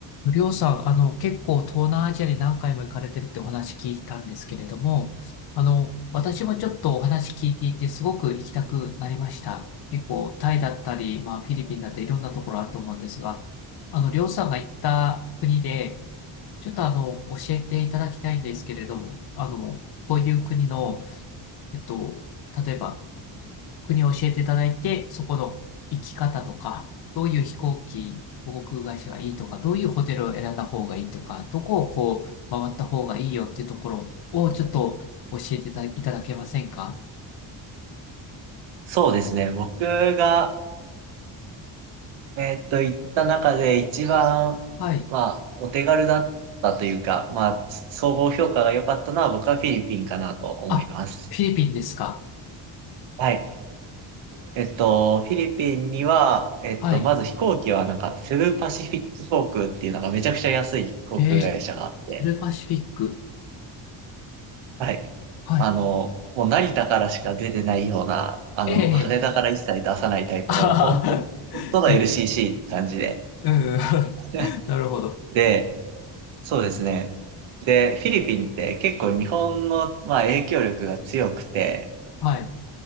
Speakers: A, on the left (about 55°); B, on the right (about 75°).
A: りょうさん、あの、結構東南アジアに何回も行かれてるってお話聞いたんですけれども、あの、私もちょっとお話聞いていて、すごく行きたくなりました。結構、タイだったり、まあ、フィリピンだったり、いろんなところあると思うんですが、あの、りょうさんが行った国で、ちょっとあの、教えていただきたいんですけれども、あの、こういう国の、えっと、例えば、国を教えていただいて、そこの行き方とか、どういう飛行機、航空会社がいいとか、どういうホテルを選んだ方がいいとか、どこをこう回った方がいいよっていうところをちょっと教えていたいただけませんか
B: そうですね。僕が、えーっと、行った中で一番、
A: はい。
B: まあ、お手軽だったというか、まあ、総合評価が良かったのは僕はフィリピンかなと思います。
A: あ、フィリピンですか
B: はい。えっと、フィリピンには、えっと、
A: はい。
B: まず飛行機はなんか、セブパシフィック航空っていうなんかめちゃくちゃ安い航空会社があって、
A: えー、セルパシフィック。
B: はい。
A: はい。
B: あの、もう成田からしか出てないような、あの、
A: ええ
B: 羽田から一切出さないタイプの、
A: あはは
B: もう本当に、本当の
A: ええ
B: LCC って感じで。
A: うん。<laughs>
B: <laughs>
A: なるほど。
B: で、そうですね。で、フィリピンって結構日本の、まあ、影響力が強くて、
A: はい。